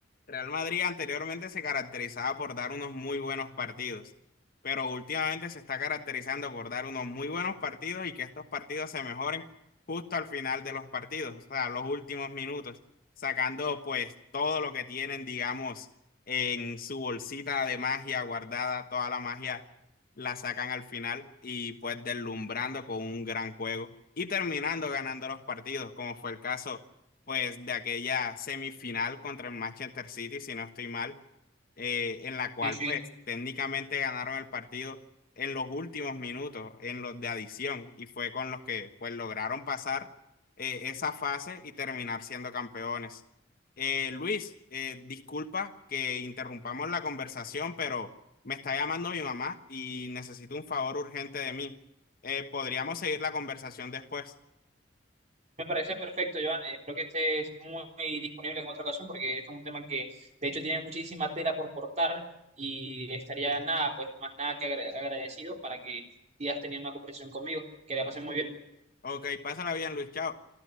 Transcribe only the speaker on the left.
Real Madrid anteriormente se caracterizaba por dar unos muy buenos partidos, pero últimamente se está caracterizando por dar unos muy buenos partidos y que estos partidos se mejoren justo al final de los partidos, o sea, los últimos minutos, sacando pues todo lo que tienen, digamos, en su bolsita de magia guardada, toda la magia la sacan al final y pues deslumbrando con un gran juego y terminando ganando los partidos, como fue el caso pues de aquella semifinal contra el Manchester City, si no estoy mal, eh, en la cual
pues técnicamente ganaron el partido en los últimos minutos, en los de adición, y fue con los que pues lograron pasar eh, esa fase y terminar siendo campeones. Eh, Luis, eh, disculpa que interrumpamos la conversación, pero me está llamando mi mamá y necesito un favor urgente de mí. Eh, podríamos seguir la conversación después.
Ok, pásala bien, Luis, chao.